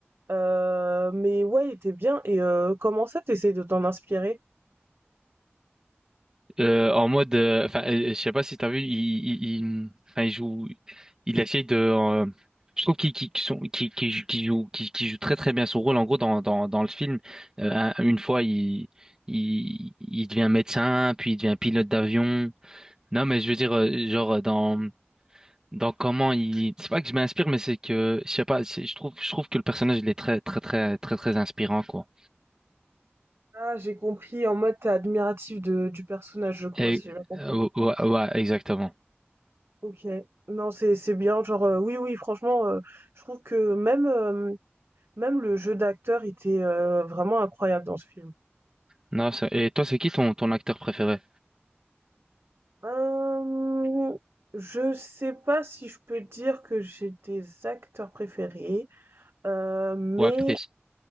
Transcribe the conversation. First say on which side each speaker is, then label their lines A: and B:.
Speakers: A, on the right; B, on the right.
A: Euh, mais ouais, il était bien. Et euh, comment ça, t'essayes de t'en inspirer?
B: Euh, en mode, euh, enfin, euh, euh, je sais pas si t'as vu, il, il, il, enfin, il joue, il essaye de, euh, je trouve qu'il qu'il- qu'il sont- qu'il- qu'il joue, qu'il joue, qu'il- qu'il joue très très bien son rôle. En gros, dans dans dans le film, euh, un- une fois il il il devient médecin, puis il devient pilote d'avion. Non, mais je veux dire, euh, genre dans dans comment il, c'est pas que je m'inspire, mais c'est que je sais pas, c'est- je trouve je trouve que le personnage il est très très très très très inspirant quoi.
A: Ah, j'ai compris. En mode, t'es admiratif de, du personnage, je crois,
B: Et
A: si j'ai bien compris.
B: euh, ouais, ouais, exactement.
A: Ok. Non, c'est c'est bien. Genre, euh, oui, oui, franchement, euh, je trouve que même. euh, Même le jeu d'acteur était, heu, vraiment incroyable dans ce film.
B: Non, c'est- et toi, c'est qui ton ton acteur préféré?
A: Hem, je sais pas si je peux dire que j'ai des acteurs préférés, heu, mais
B: Ou actrice.